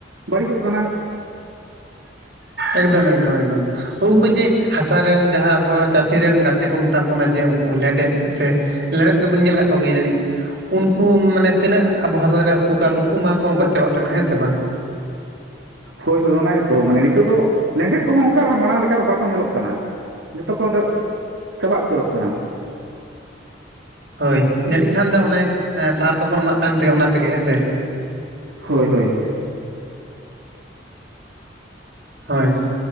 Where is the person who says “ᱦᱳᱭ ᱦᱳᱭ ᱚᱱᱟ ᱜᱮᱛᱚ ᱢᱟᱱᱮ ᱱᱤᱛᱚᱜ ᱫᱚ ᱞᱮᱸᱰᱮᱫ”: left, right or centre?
Right